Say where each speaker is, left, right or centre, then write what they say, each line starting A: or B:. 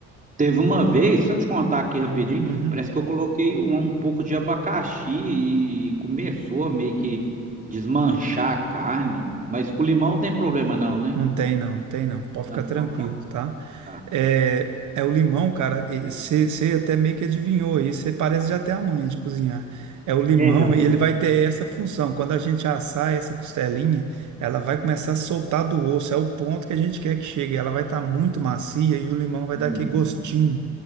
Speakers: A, on the right; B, on the right.
A: Teve uma vez, só te contar aqui rapidinho,
B: Uhum.
A: parece que eu coloquei um, um pouco de abacaxi e começou a meio que desmanchar a carne. Mas com limão tem problema não, né?
B: Não tem não, tem não. Pode ficar
A: Ah, então
B: tranquilo,
A: tá,
B: tá?
A: tá.
B: É, é o limão, cara. Você até meio que adivinhou aí. Você parece já ter a manha de cozinhar. É o limão
A: É, um
B: e
A: pouco.
B: ele vai ter essa função. Quando a gente assar essa costelinha, ela vai começar a soltar do osso. É o ponto que a gente quer que chegue. Ela vai estar muito macia e o limão vai
A: hum.
B: dar aquele gostinho